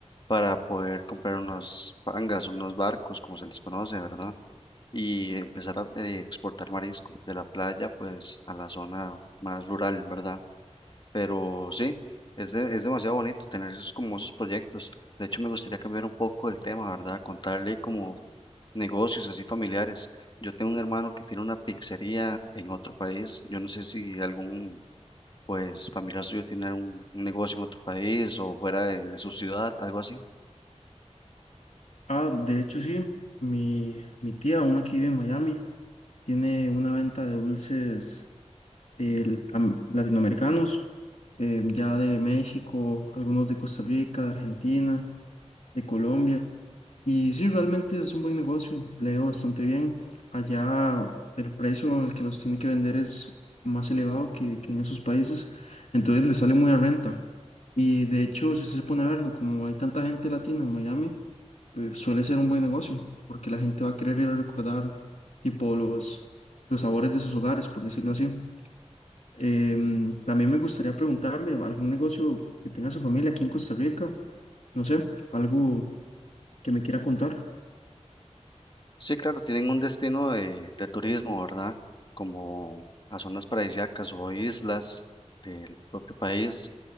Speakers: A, on the left; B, on the left.
A: para poder comprar unos pangas, unos barcos, como se les conoce, ¿verdad? Y empezar a eh, exportar marisco de la playa, pues, a la zona más rural, ¿verdad? Pero sí, es, de- es demasiado bonito tener esos, como esos proyectos. De hecho, me gustaría cambiar un poco el tema, ¿verdad? Contarle como negocios así familiares. Yo tengo un hermano que tiene una pizzería en otro país. Yo no sé si algún pues familiar suyo tiene un, un negocio en otro país o fuera de, de su ciudad, algo así.
B: Ah, de hecho, sí, mi, mi tía, una que vive en Miami, tiene una venta de dulces el- am- latinoamericanos, eh, ya de México, algunos de Costa Rica, de Argentina, de Colombia. Y sí, realmente es un buen negocio, le ha ido bastante bien. Allá el precio en el que los tiene que vender es más elevado que, que en esos países, entonces le sale muy a renta. Y de hecho, si usted se pone a verlo, como hay tanta gente latina en Miami, eh, suele ser un buen negocio, porque la gente va a querer ir a recordar tipo los, los sabores de sus hogares, por decirlo así. Em, también me gustaría preguntarle algún negocio que tenga su familia aquí en Costa Rica, no sé, algo que me quiera contar.
A: Sí, claro, tienen un destino de, de turismo, ¿verdad? Como a zonas paradisíacas o islas del propio país,